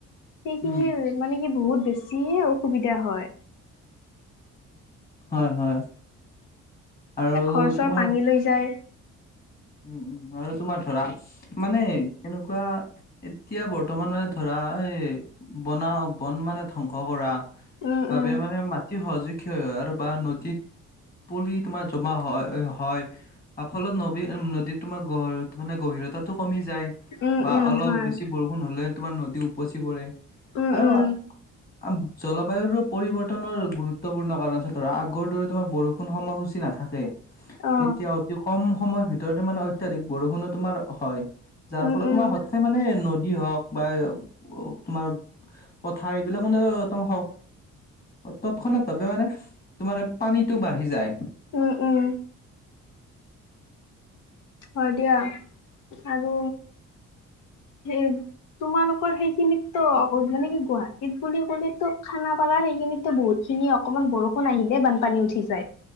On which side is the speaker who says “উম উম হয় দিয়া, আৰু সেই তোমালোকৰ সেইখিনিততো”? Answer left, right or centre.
Left